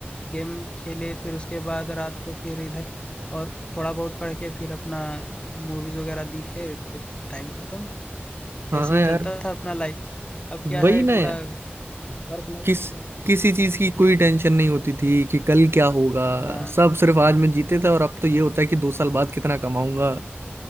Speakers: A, on the left; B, on the right.
A: गेम खेले, फिर उसके बाद रात को फिर इधर और थोड़ा बहुत पढ़ के फिर अपना मूवीज़ वगैरह देखे, फिर टाइम ख़त्म।
B: हाँ
A: ऐसे ही
B: यार
A: चलता था अपना लाइफ। अब क्या
B: वही
A: है
B: ना
A: पूरा
B: यार
A: वर्क लाइफ
B: किस
A: आ गया है तो
B: किसी
A: बहुत
B: चीज की कोई टेंशन नहीं होती थी कि कल क्या होगा
A: हाँ,
B: सब सिर्फ आज में जीते थे और अब तो ये होता है कि दो साल बाद कितना कमाऊंगा